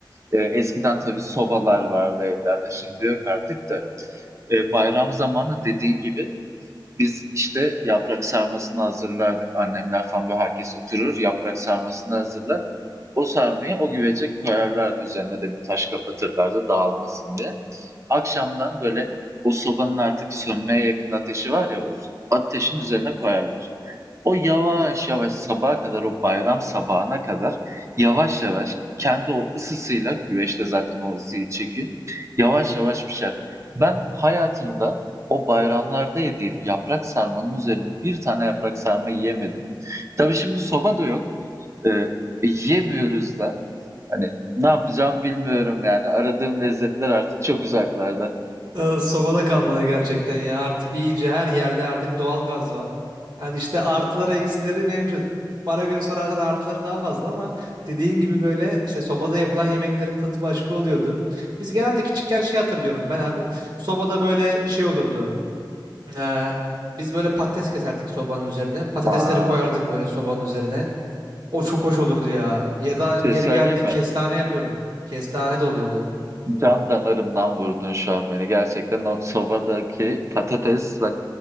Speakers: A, on the right; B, on the right.
A: E, eskiden tabii sobalar vardı evlerde şimdi yok artık da. E, bayram zamanı dediğin gibi Biz, işte, yaprak sarmasını hazırlardık. Annemler falan, böyle, herkes oturur, yaprak sarmasını hazırlar. O sarmayı o güvece koyarlardı. Üzerine de bir taş kapatırlardı dağılmasın diye. Akşamdan, böyle, o sobanın artık sönmeye yakın ateşi var ya, o ateşin üzerine koyarlar. O yavaş yavaş sabaha kadar, o bayram sabahına kadar yavaş yavaş kendi o ısısıyla, güveç de zaten o ısıyı çekiyor, yavaş yavaş pişer. Ben hayatımda o bayramlarda yediğim yaprak sarmanın üzerine bir tane yaprak sarma yiyemedim. Tabii şimdi soba da yok. Eee, yiyemiyoruz da. Hani ne yapacağım bilmiyorum yani. Aradığım lezzetler artık çok uzaklarda.
B: Aa, Sobada kalmadı gerçekten ya. Artık iyice her yerde artık doğal gaz var. Yani işte artıları eksileri mevcut. Para göre sorarsan artıları daha fazla ama dediğin gibi böyle işte sobada yapılan yemeklerin tadı başka oluyordu. Biz genelde küçükken şey hatırlıyorum ben abi. Sobada böyle şey olurdu. Ee, biz böyle patates keserdik sobanın üzerine. Patatesleri
A: Aa,
B: koyardık böyle sobanın üzerine. O çok hoş olurdu ya. Ya da
A: bir şey
B: yeri
A: söyleme.
B: geldiğinde kestane yapıyorduk. Kestane de oluyordu.
A: Can damarımdan vurdun şu an beni. Gerçekten o sobadaki patates bak